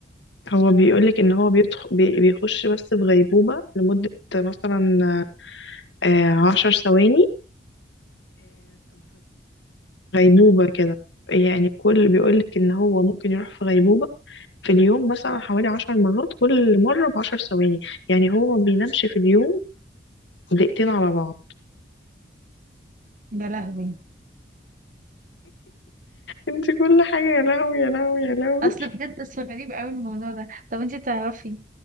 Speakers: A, on the left; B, on the right.
A: هو بيقولك ان هو بيدخ... بي- بيخش بس في غيبوبة لمدة مثلا آه، عشر ثواني غيبوبة كده يعني كل بيقولك إن هو ممكن يروح في غيبوبة في اليوم مثلا حوالي عشر مرات كل مرة بعشر ثواني يعني هو ما بينامش في اليوم دقيقتين على بعض
B: يا لهوي
A: انت كل حاجة يا لهوي يا لهوي يا لهوي
B: اصل بجد اصل غريب اوي الموضوع ده طب انتي تعرفي